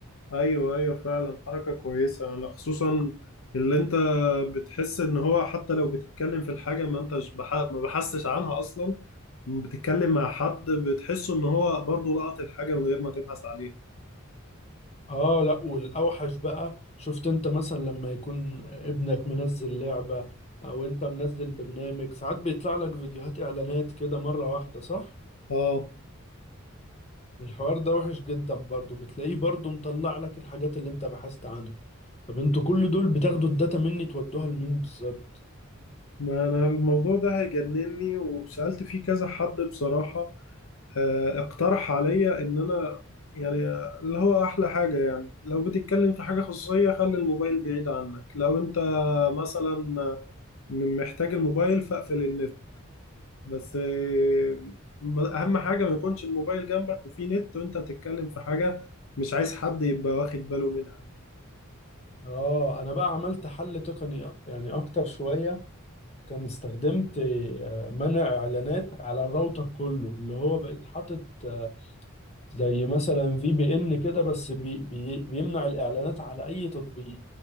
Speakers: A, on the left (about 70°); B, on the left (about 30°).
A: ايوه ايوه فعلا حركه كويسه انا خصوصا اللي انت بتحس ان هو حتى لو بتتكلم في الحاجه ما انتش بح... ما بحسش عنها اصلا بتتكلم مع حد بتحسه ان هو برضه لقط الحاجه من غير ما تبحث عليها
B: اه لا والاوحش بقى شفت انت مثلا لما يكون ابنك منزل لعبة او انت منزل برنامج ساعات بيطلع لك فيديوهات اعلانات كده مرة واحدة صح
A: اه
B: الحوار ده وحش جدا برضو بتلاقيه برضو مطلع لك الحاجات اللي انت بحثت عنها طب انتوا كل دول بتاخدوا الداتا مني تودوها لمين بالظبط
A: ما انا الموضوع ده هيجنني وسالت فيه كذا حد بصراحه آه، اقترح عليا ان انا يعني اللي هو احلى حاجه يعني لو بتتكلم في حاجه خصوصيه خلي الموبايل بعيد عنك لو انت مثلا م- محتاج الموبايل فاقفل النت بس آه، اهم حاجه ما يكونش الموبايل جنبك وفيه نت وانت بتتكلم في حاجه مش عايز حد يبقى واخد باله منها
B: اه انا بقى عملت حل تقني يعني اكتر شوية كان استخدمت آه، منع اعلانات على الراوتر كله اللي هو بقيت حاطط آه، زي مثلا في بي ان كده بس بي بي بيمنع الاعلانات على اي تطبيق